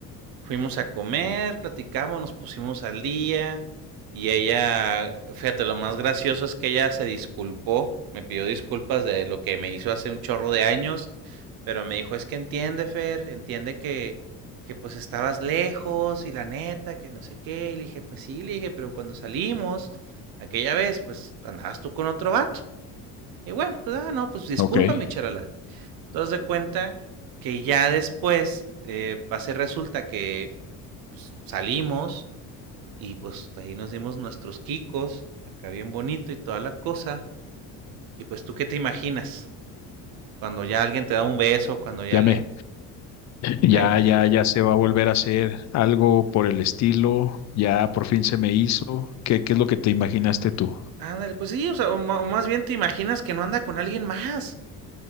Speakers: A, on the right; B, on the left.
A: Fuimos a comer, platicamos, nos pusimos al día y ella, fíjate, lo más gracioso es que ella se disculpó, me pidió disculpas de lo que me hizo hace un chorro de años, pero me dijo, es que entiende, Fer, entiende que, que pues estabas lejos y la neta, que no sé qué, y le dije, pues sí, le dije, pero cuando salimos aquella vez, pues andabas tú con otro vato. Y bueno, pues ah, no, pues discúlpame,
B: Ok, y-
A: charala. Entonces de cuenta que ya después eh, pase resulta que pues salimos y pues ahí nos dimos nuestros quicos, acá bien bonito y toda la cosa. Y pues tú qué te imaginas cuando ya alguien te da un beso, cuando ya
B: ya
A: alguien,
B: me, ya,
A: ¿eh?
B: ya, ya se va a volver a hacer algo por el estilo. Ya por fin se me hizo. ¿Qué, qué es lo que te imaginaste tú?
A: Ándale, pues sí, o sea, o más bien te imaginas que no anda con alguien más,